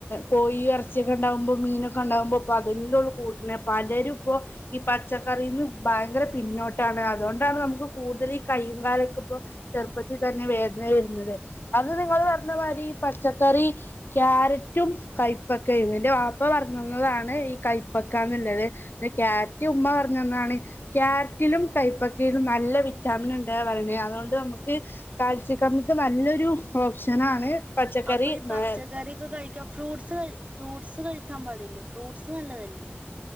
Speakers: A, on the left (about 55°); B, on the right (about 35°).
A: കോ ഇറച്ചിയൊക്കെ ണ്ടാവുമ്പോ മീനൊക്കെ ണ്ടാകുമ്പോ പ്പൊ അതന്നെ ഉള്ളൂ കൂട്ടണ് പലരും ഇപ്പോ ഈ പച്ചക്കറിന്നും ഭയങ്കര പിന്നോട്ടാണ് അതുകൊണ്ടാണ് നമുക്ക് കൂടുതൽ ഈ കയ്യും കാലൊക്കെ ഇപ്പോ ചെറുപ്പത്തിൽ തന്നെ വേ ര <unintelligible> അത് നിങ്ങൾ പറഞ്ഞ മാരി പച്ചക്കറി കാരറ്റും, കൈപക്കാ ഇന്നിന്റെ വാപ്പ പറഞ്ഞന്നതാണ് ഈ കൈപ്പക്കന്നുള്ളത് ക്യാരറ്റ് ഉമ്മ പറഞ്ഞന്നാണ് ക്യാരറ്റിലും, കൈപ്പക്കീലും നല്ല വിറ്റാമിൻ ഉണ്ടേ പറീണേ അതുകൊണ്ട് നമുക്ക് കാൽസ്യ കമ്മിക്ക് നല്ലൊരു ഓപ്ഷനാണ് പച്ചക്കറി
B: അപ്പൊ ഈ പച്ചക്കറീക്കെ കഴിക്കാ ഫ്രൂട്ടസ് കഴി ഫ്രൂട്സ് കഴിക്കാൻ പാടില്ലേ ഫ്രൂട്സ് നല്ലതല്ലേ